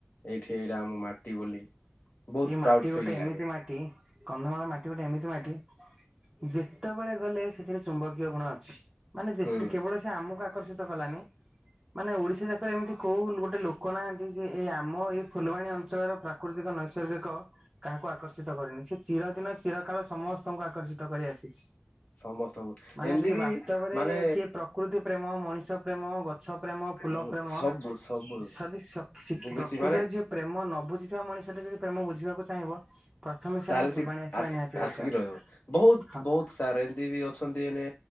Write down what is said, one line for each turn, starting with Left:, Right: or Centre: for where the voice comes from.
Left: ଏଇଠି ଏଇଟା ଆମ ମାଟି ବୋଲି ବହୁତ
Right: ଏଇ
Left: ପ୍ରାଉଡ
Right: ମାଟି ଗୋଟେ
Left: ଫିଲ୍ ଲାଗେ
Right: ଏମିତି ମାଟି କନ୍ଧମାଳ ମାଟି ମାଟି ଗୋଟେ ଏମିତି ମାଟି ଯେତେବେଳେ ଗଲେ ସେଥିରେ ଚୁମ୍ବକୀୟ ଗୁଣ ଅଛି। ମାନେ ଯେତେ
Left: ହୁଁ
Right: କେବଳ ସେ ଆମ କା ଆକର୍ଷିତ କଳାଣି ମାନେ ଓଡିଶା ରେ ଏମିତି କୋଉ ଗୋଟେ ଲୋକ ନାହାନ୍ତି। ଯେ ଏ ଆମ ଏଇ ଫୁଲବାଣୀ ଅଞ୍ଚଳର ପ୍ରାକୃତିକ ନ ଏକ କାହାକୁ ଆକର୍ଷିତ କରିନି ସେ ଚିରଦିନ ଚିର କାଳ ସମସ୍ତଙ୍କୁ ଆକର୍ଷିତ କରି ଆସିଛି।
Left: ସମସ୍ତଙ୍କୁ
Right: ମାନେ
Left: ଏମିତି
Right: ଯଦି
Left: କିି
Right: ବାସ୍ତବରେ
Left: ମାନେ
Right: କିଏ ପ୍ରକୃତି ପ୍ରେମ ମଣିଷ ପ୍ରେମ ଗ ଗଛ ପ୍ରେମ ଫୁଲ
Left: ଉଁ
Right: ପ୍ରେମ
Left: ସବୁ ସବୁ
Right: ସେ ସବୁ ଶିଖି ଯଦି
Left: କିଛି
Right: ପ୍ରକୃତରେ
Left: ମାନେ
Right: ଯିଏ ପ୍ରେମ ନ ବୁଝିଥିବା ମଣିଷଟା ଯେ ପ୍ରେମ ବୁଝିବାକୁ ଚାହିଁବ।
Left: ତାହେଲେ
Right: ଆମ ଫୁଲବାଣୀ
Left: ସେ
Right: ଆସିବା
Left: ଆସି
Right: ନିହାତି ଦରକାର
Left: ଆସିକି ରହିବ ବହୁତ
Right: ହଁ
Left: ବହୁତ ସାର୍ ଏମିତି ବି ଅଛନ୍ତି ନେ